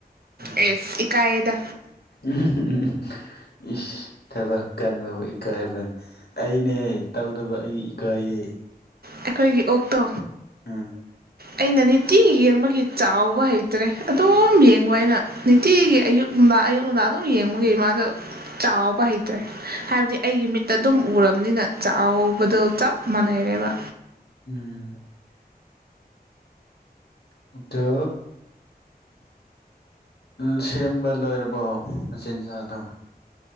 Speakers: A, on the left; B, on the right.
A: ꯎꯝ
B: ꯑꯦꯁ ꯏꯀꯥꯏꯗ
A: ꯎꯝ ꯏꯁ ꯊꯕꯛ ꯀꯟꯕꯕꯨ ꯏꯀꯥꯏꯕ꯭ꯔꯅꯦ ꯑꯩꯅꯦ ꯇꯧꯗꯕ ꯑꯩ ꯏꯀꯥꯏꯌꯦ
B: ꯑꯩꯈꯣꯏꯒꯤ ꯑꯣꯛꯇꯣ
A: ꯎꯝ
B: ꯑꯩꯅ ꯅꯤꯇꯤ ꯌꯦꯡꯕꯒꯤ ꯆꯥꯎꯕ ꯍꯩꯇ꯭ꯔꯦ ꯑꯗꯨꯝ ꯌꯦꯡꯕ ꯑꯩꯅ ꯅꯨꯡꯇꯤꯒꯤ ꯑꯌꯨꯛ ꯅꯨꯡꯗꯥ ꯑꯌꯨꯛꯅꯨꯡꯗꯥ ꯑꯗꯨꯝ ꯌꯦꯡꯕꯒꯤ ꯃꯥꯗꯣ ꯆꯥꯎꯕ ꯍꯩꯇ꯭ꯔꯦ ꯍꯥꯏꯕꯗꯤ ꯑꯩꯒꯤ ꯃꯤꯠ ꯇ ꯑꯗꯨꯝ ꯎꯔꯕꯅꯤꯅ ꯆꯥꯎꯕꯗꯣ ꯆꯞ ꯃꯥꯟꯅꯩꯔꯦꯕ
A: ꯎꯝ ꯑꯠꯇ ꯎꯝ ꯁꯦꯝꯕ ꯂꯣꯏꯔꯕꯣ ꯃꯆꯤꯟꯖꯥꯛꯗꯣ